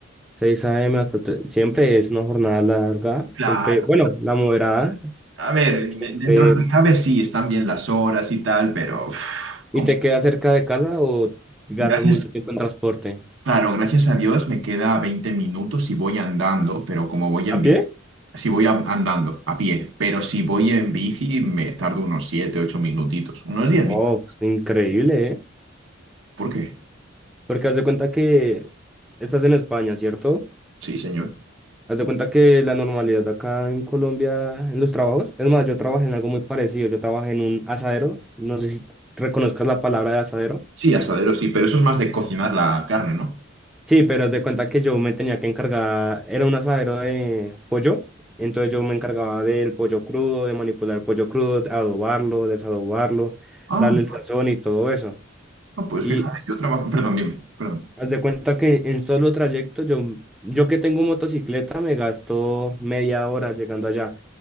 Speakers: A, in the centre; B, on the right.
A: 6 a.m. hasta tre- siempre es una jornada larga,
B: Claro,
A: siempre, bueno, la moderada.
B: a ver,
A: Este,
B: dentro de lo que cabe sí, están bien las horas y tal, pero uf, como...
A: ¿y te quedas cerca de casa o gastas
B: Gracias
A: mucho tiempo en transporte?
B: Claro, gracias a Dios me queda 20 minutos si voy andando, pero como voy
A: ¿A
B: en bici,
A: pie?
B: si voy a- andando a pie, pero si voy en bici me tardo unos 7, 8 minutitos, unos 10
A: Wow,
B: minutos.
A: increíble, ¿eh?
B: ¿Por qué?
A: Porque haz de cuenta que estás en España, ¿cierto?
B: Sí, señor.
A: Haz de cuenta que la normalidad acá en Colombia, en los trabajos, es más, yo trabajé en algo muy parecido, yo trabajé en un asadero, no sé si reconozcas la palabra de asadero.
B: Sí, asadero, sí, pero eso es más de cocinar la carne, ¿no?
A: Sí, pero haz de cuenta que yo me tenía que encargar, era un asadero de pollo, entonces yo me encargaba del pollo crudo, de manipular el pollo crudo, de adobarlo, desadobarlo,
B: Ah,
A: darle el sazón y todo eso.
B: ah, pues
A: Y
B: fíjate, yo trabajo... Perdón, dime, perdón.
A: Haz de cuenta que en solo trayecto, yo, yo que tengo motocicleta, me gasto media hora llegando allá.